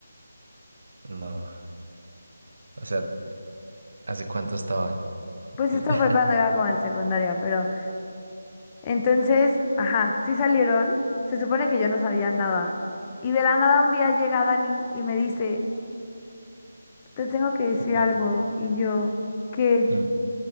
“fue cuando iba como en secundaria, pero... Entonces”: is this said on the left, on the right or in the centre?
Left